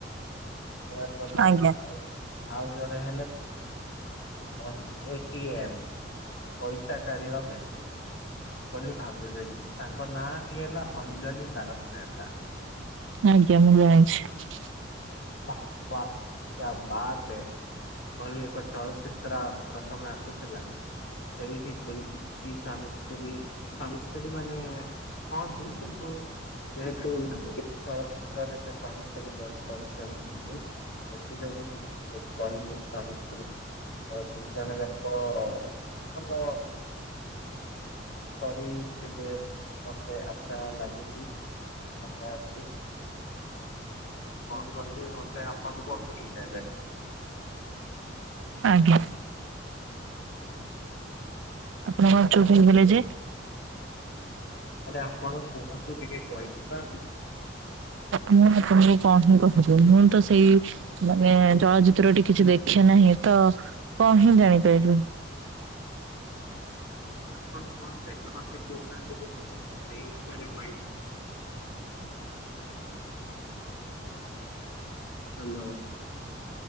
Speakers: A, on the left; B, on the right.
A: ସିଏ ଗଲା
B: ଆଜ୍ଞା ଆଜ୍ଞା
A: ଆଉ ଆଉ ଜଣେ ହେଲେ ଅନ ଏ ଟି ଏମ ପଇସା କାଢିବା ମେସିନ। ବୋଲି ଭାବଦେଲି ତାଙ୍କ ନାଁ ଟି ହେଲା ଅଞ୍ଜଳି ତାରକ ମେହେତା।
B: ଆଜ୍ଞା ମୁଁ ଜାଣିଛି।
A: ଆହ୍ ୱା କ୍ୟା ବାତ୍ ହେ। ଭଳି ଏକ ଚଳଚିତ୍ର ପ୍ରଥମେ ଆସୁଥିଲା। ସେଇଠି ସେଇ ସୁଆମୀ ସ୍ତ୍ରୀ ସୁଆମୀ ସ୍ତ୍ରୀ ମାନେ କହନ୍ତି କିନ୍ତୁ ଯେହେତୁ ଏଇ ଚଳଚିତ୍ରରେ ସେ ସ୍ୱାମୀ ସ୍ତ୍ରୀ ରୋଲ୍ କରୁଚନ୍ତି। <unintelligible> ସେଥି ଯୋଗୁଁ ମୁଁ କହିଲି ସ୍ୱାମୀ ସ୍ତ୍ରୀ। ହଁ ଦି ଜଣ ଯାକ ଭଲ କରି କେବେ ମତେ ଆଶା ଲାଗୁଚି ଆଶା ଅଛି। କଣ କହିବି ମତେ ଆପଣ କୁହନ୍ତୁ ଟିକେ ଏବେ।
B: ଆଜ୍ଞା। ତୁମେ କଣ
A: ଆପଣ
B: ଚୁପ୍
A: କହିପାରିବେ?
B: ହେଇଗଲେ ଯେ?
A: ଆରେ ଆପଣ କୁହନ୍ତୁ ଟିକେ କହିଲି ପା।
B: ମୁଁ ଆପଣଙ୍କୁ କଣ ହିଁ କହିବି ମୁଁ ତ ସେଇ ମାନେ ଚଳଚିତ୍ର ଟିକେ କିଛି ଦେଖେ ନାହିଁ ତ କଣ ହିଁ ଜାଣିପାରିବି।
A: ଆପଣ କଣ ଦେଖନ୍ତି କହୁନାହାନ୍ତି ମୁଁ ସେଇ ବିଷୟରେ କହିବି। ହାଲୋ।